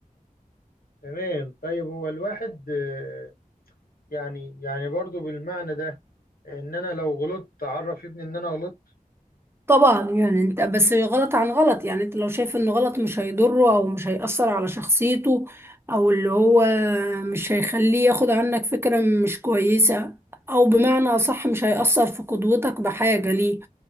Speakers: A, on the left (about 85°); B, on the right (about 15°).
A: تمام طيب هو الواحد آه، يعني يعني برضو بالمعنى ده ان انا لو غلطت اعرف ابني ان انا غلطت
B: طبعا يعني انت بس غلط عن غلط يعني انت لو شايف انه غلط مش هيضره او مش هيأثر على شخصيته او اللي هو مش هيخليه ياخد عنك فكرة مش كويسة او بمعنى اصح مش هيأثر في قدوتك بحاجة ليه